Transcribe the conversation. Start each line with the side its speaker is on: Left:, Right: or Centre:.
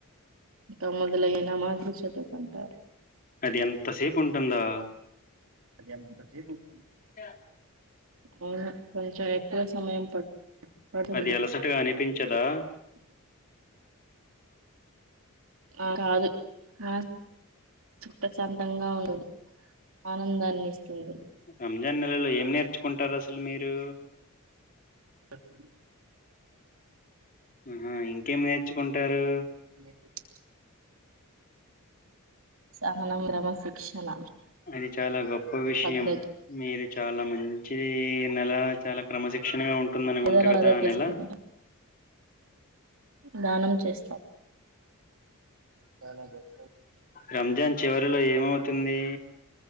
Right: ఇంక మొదలగు నమాజ్ లు చదువుకుంటారు
Left: అది ఎంతసేపు ఉంటుందా
Right: అది ఎంత సేపు ఉంటుందా
Left: ఇంకా
Right: అవును కొంచెం ఎక్కు ఎక్కువ సమయం పడుతుంది
Left: అది అలసటగా అనిపించదా
Right: అ కాదు ఆ ప్రశాంతంగా ఉండదు ఆనందాన్ని ఇస్తుంది
Left: రంజాన్ నెలలో ఏం నేర్చుకుంటారు అసలు మీరు
Right: <inaudible>
Left: ఆహ ఇంకేమి నేర్చుకుంటారు
Right: <inaudible> సహనం క్రమశిక్షణ
Left: అది చాలా గొప్ప విషయం
Right: పద్ధతి
Left: మీరు చాలా మంచిది నెల చాలా క్రమశి శిక్షణగా ఉంటుందనుకుంటా
Right: పేదల
Left: కదా
Right: బాధ
Left: ఆ
Right: తెలుసుకుంటాం
Left: నెలా
Right: దానం చేస్తాం చాల గొప్ప విషయం
Left: రంజాన్ చివరిలో ఏమవుతుంది